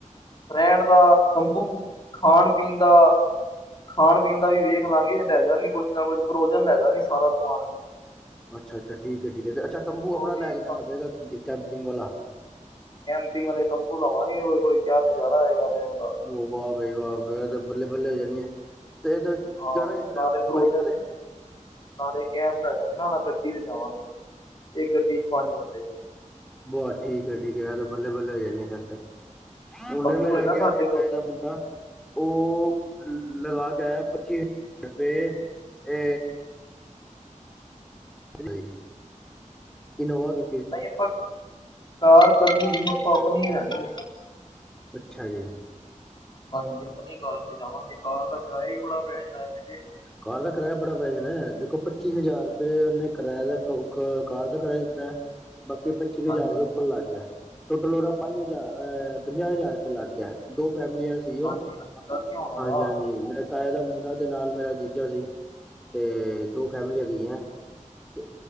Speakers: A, on the left; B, in the centre.
A: ਰਹਿਣ ਦਾ ਤੰਬੂ, ਖਾਣ ਪੀਣ ਦਾ ਖਾਣ ਪੀਣ ਦਾ ਵੀ ਵੇਖ ਲਾਂਗੇ, ਲੈ ਜਾਗੇ ਕੁਛ ਨਾ ਕੁਛ, ਫਰੋਜਨ ਲੈ ਜਾਂਗੇ ਸਾਰਾ ਸਮਾਨ।
B: ਅੱਛਾ-ਅੱਛਾ ਠੀਕ ਹੈ, ਠੀਕ ਹੈ ਤੇ ਅੱਛਾ ਤੰਬੂ
A: ਜੋ
B: ਆਪਣਾ
A: ਵੀ
B: ਲੇ ਕੇ ਜਾਣਾ ਪਏਗਾ, ਇਥੋਂ ਦੀ ਕੈਂਪਿੰਗ ਵਾਲਾ।
A: ਕੈਂਪਿੰਗ ਆਲੇ ਤੰਬੂ ਲਵਾਂਗੇ, ਓਏ ਹੋਏ ਕਿਆ ਨਜ਼ਾਰਾ ਆਏਗਾ ਰਹਿਣ ਦਾ।
B: ਉਹ ਵਾਹ ਵਈ ਵਾਹ, ਫੇਰ ਤੇ ਬੱਲੇ-ਬੱਲੇ ਹੋ ਜਾਣੀ ਐ, ਤੇ
A: ਹਾਂ,
B: ਜਾਣਾ ਇਸ ਤਰ੍ਹਾਂ
A: ਨਾਲੇ ਫਰੋਜ਼
B: ਬਾਈਕਾਂ
A: ਹੈ।
B: ਤੇ
A: ਨਾਲੇ ਗੈਸ ਲੈ ਜਾਂਗੇ, ਨਾ-ਨਾ ਗੱਡੀ ਤੇ ਜਾਵਾਂਗੇ, ਏਕ ਗੱਡੀ ਚ ਪੰਜ ਬੰਦੇ।
B: ਬਾਹ ਠੀਕ ਹੈ ਠੀਕ ਹੈ, ਐ ਤੇ ਬੱਲੇ-ਬੱਲੇ ਹੋ ਜਾਣੀ ਏ ਫਿਰ ਤੇ, ਹੁਣੇ
A: ਤੰਬੂ
B: ਮੇਰਾ
A: ਹੈਗਾ
B: ਗਿਆ
A: ਸਾਡੇ
B: ਸੀ
A: ਕੋਲ
B: <unintelligible> ਉਹ ਲਗਾ ਕੇ ਆਯਾ ਪੱਚੀ ਹਜ਼ਾਰ ਰੁਪਏ ਐ <unintelligible> ਇਨੋਵਾ ਕੀ
A: ਨਹੀਂ ਆਪਾਂ, ਕਾਰ ਕਰਨੀ ਹੀ ਆਪਾਂ ਅਪਣੀ ਹੈਗੀ ਹੈ।
B: ਅੱਛਾ ਜੀ।
A: ਹਾਂਜੀ ਅਪਣੀ ਕਾਰ ਤੇ ਜਾਵਾਂਗੇ, ਕਾਰ ਦਾ ਕਿਰਾਇਆ ਹੀ ਬੜਾ ਪੈ ਜਾਣਾ ਐਵੇਂ ਤੇ।
B: ਕਾਰ ਦਾ ਕਿਰਾਇਆ ਬੜਾ ਪੈ ਜਾਣਾ ਏ, ਦੇਖੋ ਪੱਚੀ ਹਜ਼ਾਰ ਰੁਪਏ ਉਹਨੇ ਕਿਰਾਇਆ ਦਾ ਕ ਕਾਰ ਦਾ ਕਿਰਾਇਆ ਦਿੱਤਾ ਏ, ਬਾਕੀ ਪੱਚੀ ਕੁ
A: ਹਾਂਜੀ
B: ਹਜ਼ਾਰ ਰੁਪਏ ਉੱਪਰ ਲੱਗ ਗਿਆ। ਟੋਟਲ ਔਦਾਂ ਪੰਜ ਹਜ਼ਾਰ ਅ ਪੰਜਾਹ ਹਜ਼ਾਰ ਰੁਪਏ ਲੱਗ ਗਿਆ, ਦੋ ਫੈਮਲੀਆਂ ਸੀ ਉਹ,
A: ਹਾਂਜੀ ਹਾਂਜੀ ਲੱਗ ਹੋਣਾ
B: ਹਾਂਜੀ-ਹਾਂਜੀ,
A: ਆ
B: ਮੇ ਤਾਏ ਦਾ ਮੁੰਡਾ ਤੇ ਨਾਲ ਮੇਰਾ ਜੀ ਦੂਜਾ ਸੀ, ਤੇ ਦੋ ਫੈਮਲੀਆਂ ਹੈਗੀਆਂ, ਤੇ,